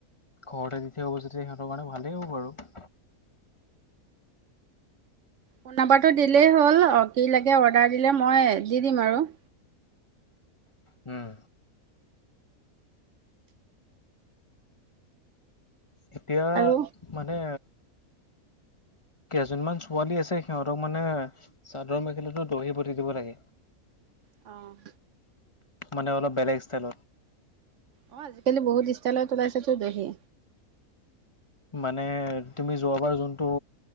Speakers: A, on the left (about 20°); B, on the right (about 65°).
A: ঘৰতে যেতিয়া, যেতিয়া সিহঁতৰ কাৰণে ভালেই হ'ব আৰু
B: ফোন নম্বাৰটো দিলেই হ'ল, কি লাগে অৰ্ডাৰ দিলে মই দি দিম আৰু
A: উম, এতিয়া
B: আৰু
A: মানে কেইজনমান ছোৱালী আছে, সিহঁতক মানে চাদৰ মেখেলাটো দহি পতি দিব লাগে
B: অ',
A: মানে, অলপ বেলেগ ষ্টাইলত
B: অ', আজিকালি বহুত ষ্টালত ওলাইছে তো দহি
A: মানে, তুমি যোৱাবাৰ যোনটো